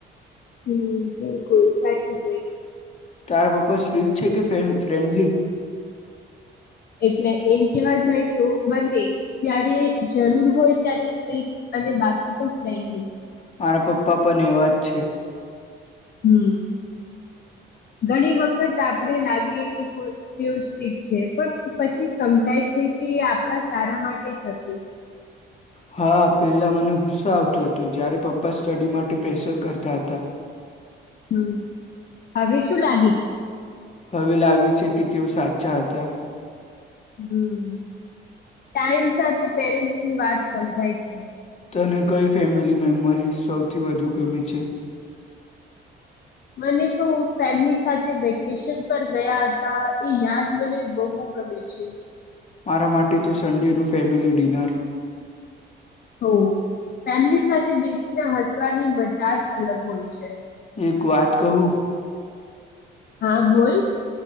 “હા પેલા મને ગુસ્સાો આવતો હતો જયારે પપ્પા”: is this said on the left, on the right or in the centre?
Left